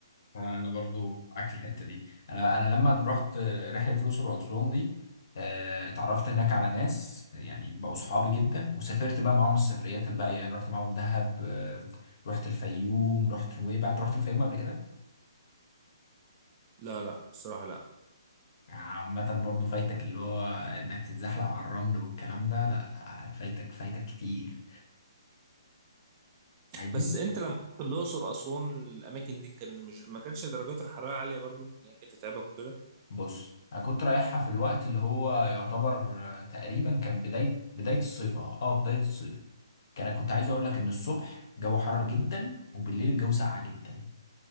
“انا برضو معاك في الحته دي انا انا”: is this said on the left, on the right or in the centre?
Left